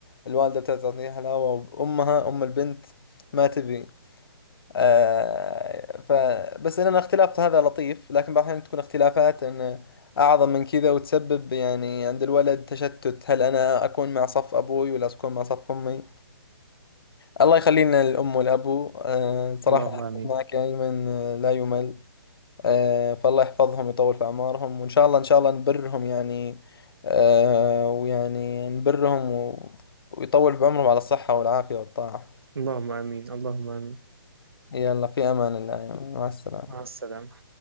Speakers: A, on the left (about 70°); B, on the right (about 80°).
A: الوالده بتبي تعطيها حلاوه وامها ام البنت ما تبي آه ف بس ان الاختلاف هذا لطيف لكن بعض الاحيان تكون اختلافات ان اعظم من كذا وتسبب يعني عند الولد تشتت هل انا اكون مع صف ابوي ولا اكون مع صف امي الله يخلينا الأم والأبو آه، صراحة
B: اللهم آمين
A: معك يا أيمن آه، لا يمل آه، فالله يحفظهم يطول في أعمارهم وإن شاء الله إن شاء الله نبرهم يعني آه، ويعني نبرهم و- ويطول بعمرهم على الصحة والعافية والطاعة
B: اللهم آمين اللهم آمين
A: يلا في أمان الله يا أيمن مع السلامة
B: مع السلامة